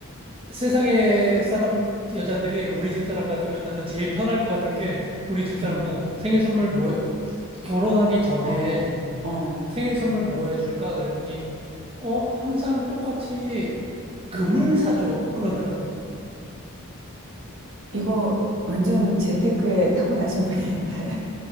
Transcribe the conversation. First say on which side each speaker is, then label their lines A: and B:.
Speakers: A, on the right (about 25°); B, on the right (about 60°).
A: 세상에 사람, 여자들이 우리 집사람 같으면 나는 제일 편할 것 같은 게 우리 집사람
B: 음.
A: 보고 생일 선물 뭐, 해- 결혼하기 전에
B: 어, 어,
A: 생일 선물 뭐 해줄까? 그랬더니, 어, 항상 똑같이 금을
B: 음.
A: 사줘. 그러더라고요.
B: 이거 완전 재테크에 타고나신 분인데. <laughs>